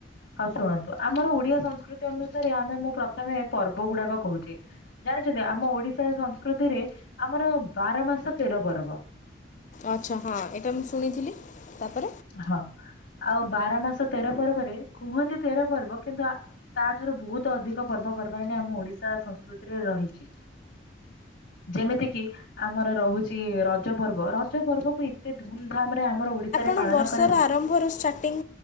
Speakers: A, on the left (about 65°); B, on the left (about 40°).
A: ହଉ ଶୁଣନ୍ତୁ ଆମର ଓଡିଆ ସଂସ୍କୃତି ଅନୁସାରେ ଆମେ ମୁଁ ପ୍ରଥମେ ପର୍ବ ଗୁଡାକ କହୁଛି। ଜାଣିଛନ୍ତି ଆମ ଓଡିଶା ସଂସ୍କୃତିରେ ଆମର ବାର ମାସ ତେର ପର୍ବ।
B: ଆଚ୍ଛା, ହଁ ଏଇଟା ମୁଁ ଶୁଣିଥିଲି, ତାପରେ
A: ହଁ ଆଉ ବାର ମାସ ତେର ପର୍ବରେ କୁହନ୍ତି ତେର ପର୍ବ କିନ୍ତୁ ତାଠାରୁ ବହୁତ ଅଧିକ ପର୍ବ ପର୍ବାଣି ଆମ ଓଡିଶା ସଂସ୍କୃତିରେ ରହିଛି। ଯେମିତି କିି ଆମର ରହୁଛି ରଜ ପର୍ବ। ରଜ ପର୍ବକୁ ଏତେ ଧୁମ ଧାମରେ ଆମର ଓଡିଶାରେ।
B: ଆପଣ
A: ପାଳନ
B: ବର୍ଷର
A: କରାଯାଏ
B: ଆରମ୍ଭରୁ ଷ୍ଟାର୍ଟିଂ